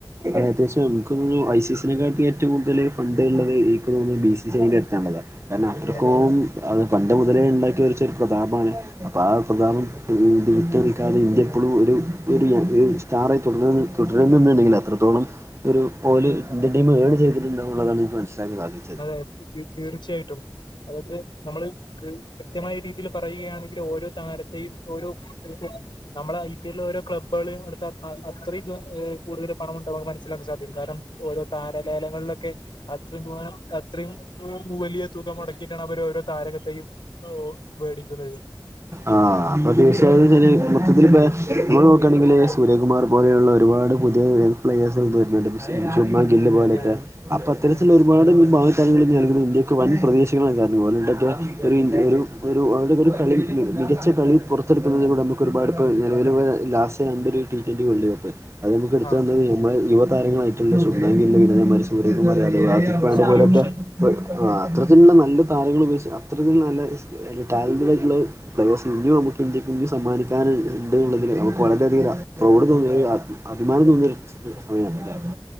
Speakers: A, on the right (about 35°); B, on the left (about 75°).
A: അ അത്യാവശ്യം എമുക്ക് ഐ സിസിനെക്കാട്ടിലും ഏറ്റവും കൂടുതൽ ഫണ്ട് ഉള്ളത് എനക് തോന്നുന്നു ബസിസികാണെന്ന് എടുത്തുള്ളതാണ് കാരണം അത്രക്കും
B: അതെ അതെ
A: അത് പണ്ട് മുതലേ ഉണ്ടാക്കിവെച്ച ഒരു പ്രതാപമാണ് അപ്പൊ ആ പ്രതപോക്കെ വിട്ട് നിക്കാതെ ഇന്ത്യ ഇപ്പോഴും ഒരു <unintelligible> ഒരു സ്റ്റാറായിട്ട് തുടരന്ന തുടരുന്നുണ്ടെങ്കിൽ അത്തോളം ഒരു ഓല് ഇന്ത്യൻ ടീം ഏൺ ചെയ്തിട്ടുണ്ടെന്നാണ് എനിക്ക് മനസ്സിലാക്കി സാധിക്കുന്നത്
B: അതെ തീർച്ചയായിട്ടും അതായത് നമ്മള് കൃ കൃത്യമായ രീതിയിൽ പറയുകയാണെങ്കിൽ ഓരോ താര തെയും ഓരോ <inaudible> നമ്മളെ ഐ പി ൽ ഓരോ ക്ലബ്ബ് ക്ലബ്ബള് എടുത്ത അ അ അത്രം ഏ കൂടുതൽ പണംമുണ്ടന്ന് മനസ്സിലാക്കാൻ സാധിക്കും കാരണം ഓരോ താരലേലകളിലൊക്കെ അത്ര തു അത്രയും ഉം വലിയ തുക മുടക്കിയിട്ടാണ് അവര് ഓരോ താരത്തെയും മേടിക്കുന്നത്
A: ആഹ് അപ്പൊ തീർച്ചയായും മൊത്തത്തിൽ ഇപ്പ നമ്മള് നോക്കയാണെങ്കില് സൂര്യകുമാർ പോലെയുള്ള ഒരുപാട് പുതിയ പ്ലേസ് വരുന്നുണ്ട് ക്ഷ ശുഭമാൻ ഗിൽ പോലത്തെ
B: അതെ അതെ
A: അപ്പൊ അത്തരത്തിലുള്ള
B: ഉം
A: ഒരുപാട് ഭാവി താരങ്ങൾ ഇന്ത്യക്ക് വൻ പ്രതീക്ഷ റ്റങ്ങളാ കാരണംഓല്ണ്ടാകിയാ ഒരു ന്ത്യ ഒരു ഒരു അവന്റെ ഒക്കെ ഒരു കളി മികച്ച കളി പുറത്തെടുക്കുന്നതിലൂടെ നമുക്കൊക്കെ ഒരുപാട് ഇപ്പോ നിലവിൽ ലാസ് ണ്ട ഒരു ടി ട്വന്റി വേൾഡ് കപ്പ് അത് നമുക്ക എടുത്ത്
B: ആ
A: തന്നത് ഇവമാര് യുവതാരങ്ങളായിട്ടുള്ള ശുഭമാൻ ഗിൽ സൂരജ് <inaudible> അതെ
B: സൂര്യവംശി
A: പോലത്തെ പ് ആ അതരത്തിലുള്ള നല്ല താരങ്ങൾ ഉപയോഗിച്ച് അത്ര നല്ല ടാലെന്ഡന്റ് ആയിട്ടുള്ള പ്ലയെസ് ഇനിയും നമുക്ക് ഇന്ത്യക്ക് സമ്മാനിക്കാനൻണ്ട്ന്നുള്ളതിൽ നമുക്ക് വളരെയധികം പ്രൗഡ് തൊയര് അഭിമാനം തോന്നിയൊരു ച് സമയണല്ലേ